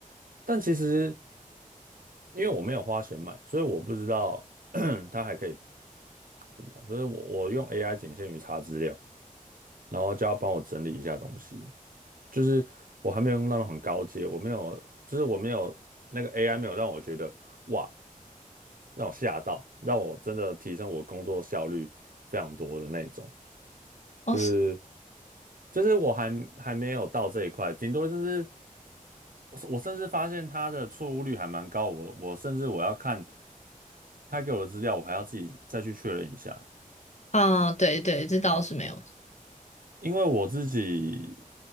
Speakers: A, on the right; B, on the left.
A: 但其实因为我没有花钱买，所以我不知道 <clears throat> 他还可以怎么讲，就是我我用 AI 仅限于查资料，然后叫他帮我整理一下东西。就是我还没有用到很高阶，我没有，就是我没有那个 AI 没有让我觉得哇，让我吓到，让我真的提升我工作效率非常多的那种，
B: 哦，
A: 就是
B: 是
A: 就是我还还没有到这一块，顶多就是我我甚至发现它的错误率还蛮高，我我甚至我要看他给我的资料，我还要自己再去确认一下，
B: 啊，对对，这倒是没有。
A: 因为我自己